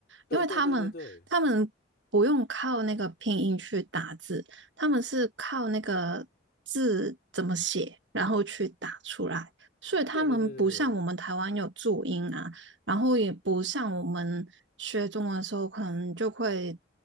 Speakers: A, on the left (about 55°); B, on the right (about 75°).
A: 对对对对对
B: 因为他们他们不用靠那个拼音去打字，他们是靠那个字怎么写，然后去打出来，所以他们不像我们台湾有注音啊。
A: 对对对对对
B: 然后也不像我们学中文的时候，可能就会